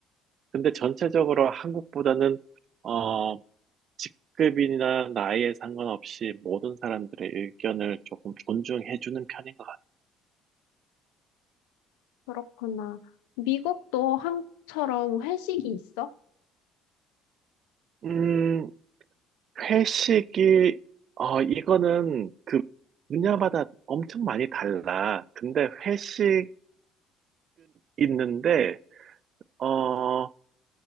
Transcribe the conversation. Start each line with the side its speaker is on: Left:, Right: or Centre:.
Right: 근데 전체적으로 한국보다는 어, 직급이나 나이에 상관없이 모든 사람들의 의견을 조금 존중해주는 편인 것 같아.
Left: 그렇구나. 미국도 한국처럼 회식이 있어?
Right: 음, 회식이 어, 이거는 그 분야마다 엄청 많이 달라. 근데 회식은 있는데 어,